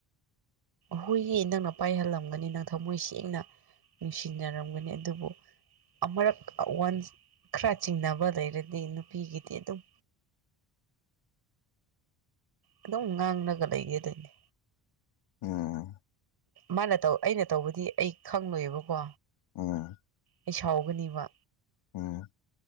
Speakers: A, on the right; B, on the left.
A: ꯍꯣꯏꯌꯦ ꯅꯪꯅ ꯄꯥꯏꯍꯜꯂꯝꯒꯅꯤ ꯅꯪ ꯊꯃꯣꯏ ꯁꯦꯡꯅ ꯅꯨꯡꯁꯤꯅꯔꯝꯒꯅꯤ ꯑꯗꯨꯕꯨ ꯑꯃꯔꯛ ꯋꯥꯟ ꯈꯔ ꯆꯤꯡꯅꯕ ꯂꯩꯔꯗꯤ ꯅꯨꯄꯤꯒꯤꯗꯤ ꯑꯗꯨꯝ ꯑꯗꯨꯝ ꯉꯥꯡꯔꯒ ꯂꯩꯒꯗꯣꯏꯅꯦ
B: ꯎꯝ
A: ꯃꯥꯅ ꯇꯧꯕ ꯑꯩꯅ ꯇꯧꯕꯗꯤ ꯑꯩ ꯈꯪꯪꯂꯣꯏꯕꯀꯣ
B: ꯎꯝ
A: ꯑꯩ ꯁꯥꯎꯒꯅꯤꯕ
B: ꯎꯝ